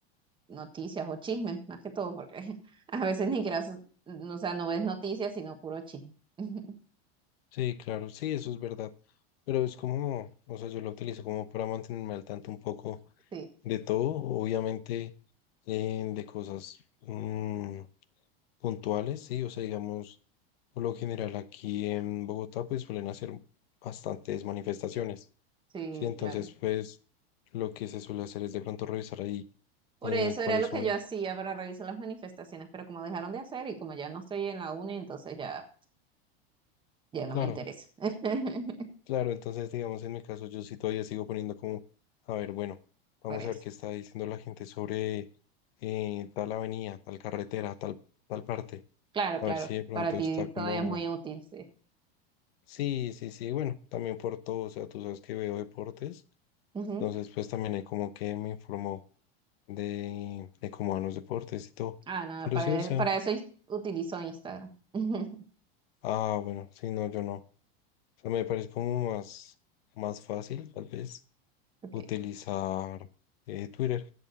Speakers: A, on the right; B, on the left.
A: noticias o chismes, más que todo, porque <laughs> a veces ni siquiera, o sea, no ves noticias, sino puro chisme. <laughs>
B: Sí, claro, sí, eso es verdad. Pero es como, o sea, yo lo utilizo como para mantenerme al tanto un poco
A: Sí,
B: de todo, obviamente eh, de cosas mm, puntuales, sí, o sea, digamos, por lo general aquí en Bogotá pues suelen hacer bastantes manifestaciones,
A: sí,
B: sí, entonces
A: claro.
B: pues lo que se suele hacer es de pronto revisar ahí
A: Por
B: eh,
A: eso
B: cuáles
A: era lo
B: son,
A: que yo hacía para revisar las manifestaciones, pero como dejaron de hacer y como ya no estoy en la uni, entonces ya, ya no
B: claro.
A: me interesa. <laughs>
B: Claro, entonces digamos en mi caso yo sí todavía sigo poniendo como, a ver, bueno, vamos
A: Por eso.
B: a ver qué está diciendo la gente sobre eh, tal avenida, tal carretera, tal, tal parte.
A: Claro,
B: A
A: claro.
B: ver si de pronto
A: Para ti
B: está como,
A: todavía es muy útil, sí.
B: sí, sí, sí, bueno, también por todo, o sea, tú sabes que veo deportes,
A: Ujú.
B: entonces pues también hay como que me informó de, de cómo van los deportes y todo.
A: Ah, no,
B: Pero
A: para,
B: sí, o sea,
A: e, para eso is- utilizo Instagram. <laughs>
B: ah, bueno, sí, no, yo no. O sea, me parece como más, más fácil, tal vez.
A: Okay.
B: utilizar eh, Twitter.